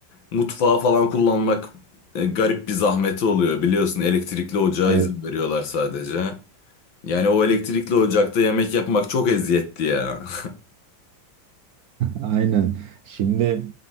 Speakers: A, on the left; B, on the right.
A: Mutfağı falan kullanmak e, garip bir zahmeti oluyor biliyorsun. Elektrikli ocağa
B: evet.
A: Evet. izin veriyorlar sadece. Yani o elektrikli ocakta yemek yapmak çok eziyetli ya. <laughs>
B: Aynen. Şimdi